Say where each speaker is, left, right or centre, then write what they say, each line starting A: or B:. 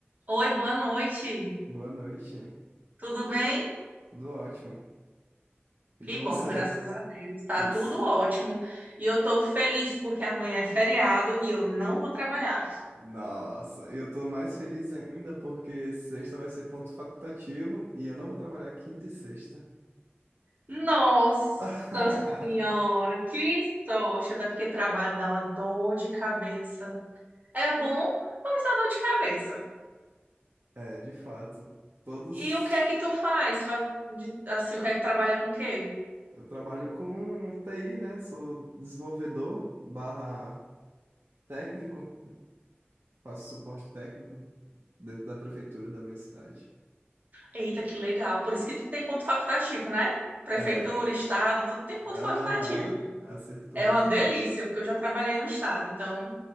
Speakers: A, on the right; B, on the right.
A: Oi, boa noite.
B: Boa noite.
A: Tudo bem?
B: Tudo ótimo. E
A: Que
B: com
A: bom,
B: você?
A: graças a Deus. Tá
B: Todos.
A: tudo ótimo. E eu tô feliz porque amanhã é feriado e eu não vou trabalhar.
B: Nossa, eu tô mais feliz ainda porque sexta vai ser ponto facultativo e eu não vou trabalhar quinta e sexta.
A: Nossa
B: <laughs>
A: Senhora, que sorte! Até porque trabalho dá uma dor de cabeça. É bom, mas dá dor de cabeça.
B: É, de fato, todos.
A: E o que é que tu faz? Faz de- Assim, o que é que tu trabalha com o quê?
B: Eu trabalho com TI, né? Sou desenvolvedor barra técnico, faço suporte técnico dentro da prefeitura da minha cidade.
A: Eita, que legal. Por isso que tu tem ponto facultativo, né? Prefeitura,
B: É,
A: estado, tudo tem ponto
B: aham,
A: facultativo.
B: acertou.
A: É uma delícia, porque eu já trabalhei no estado, então